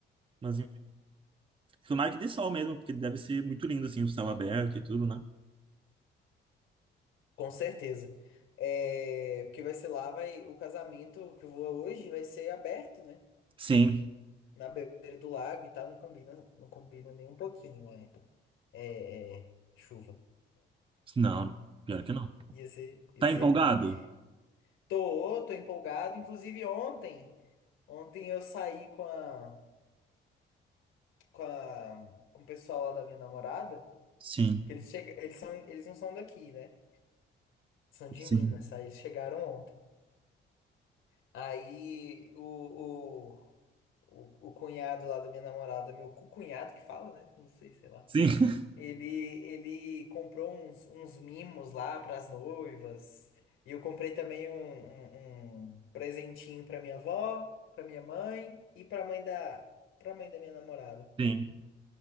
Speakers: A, on the right; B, on the left.
A: Mas
B: Uhum.
A: enfim, tomara que dê sol mesmo, porque deve ser muito lindo, assim, o céu aberto e tudo, né?
B: Com certeza. É, porque vai ser lá, vai, o casamento que eu vou hoje vai ser aberto, né?
A: Sim.
B: Na beira do lago e tal, não combina, não combina nem um pouquinho, né? é, é, chuva.
A: Não, pior
B: I-
A: que não.
B: Ia ser, ia
A: Tá
B: ser
A: empolgado?
B: ruim. Tô, tô empolgado. Inclusive ontem, ontem eu saí com a, com a, com o pessoal lá da minha namorada,
A: Sim.
B: que eles chega, eles são, eles não são daqui, né? São de
A: Sim.
B: Minas, aí eles chegaram ontem. Aí o, o, o, o cunhado lá da minha namorada, meu co-cunhado que fala, né? Não sei, sei lá.
A: Sim. <laughs>
B: Ele, ele comprou uns, uns mimos lá para as noivas. E eu comprei também um, um, um presentinho para minha avó, para minha mãe e para mãe da, para mãe da minha namorada.
A: Sim.